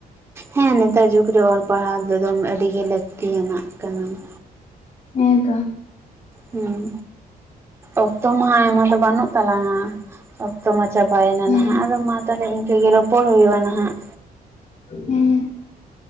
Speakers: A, on the right (about 15°); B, on the left (about 45°).
A: ᱦᱮᱸ ᱱᱮᱛᱟᱨ ᱡᱩᱜᱽ ᱨᱮ ᱚᱞ ᱯᱟᱲᱦᱟᱣ ᱫᱚ ᱮᱠᱫᱚᱢ ᱟᱹᱰᱤ ᱜᱮ ᱞᱟᱹᱠᱛᱤᱭᱟᱱᱟᱜ ᱠᱟᱱᱟ ᱾
B: ᱦᱮᱸᱛᱚ ᱾
A: ᱦᱮᱸ ᱚᱠᱛᱚ ᱢᱟᱦᱟᱜ ᱟᱭᱢᱟ ᱫᱚ ᱵᱟᱹᱱᱩᱜ ᱛᱟᱞᱟᱝᱼᱟ ᱾ ᱚᱠᱛᱚ ᱢᱟ ᱪᱟᱵᱟᱭᱮᱱᱟ
B: ᱦᱮᱸ
A: ᱱᱟᱦᱟᱜ ᱟᱫᱚ ᱢᱟ ᱛᱟᱦᱚᱞᱮ ᱤᱱᱠᱟᱹᱜᱮ ᱨᱚᱯᱚᱲ ᱦᱩᱭᱩᱜᱼᱟ ᱱᱟᱦᱟᱜ
B: ᱦᱩᱸ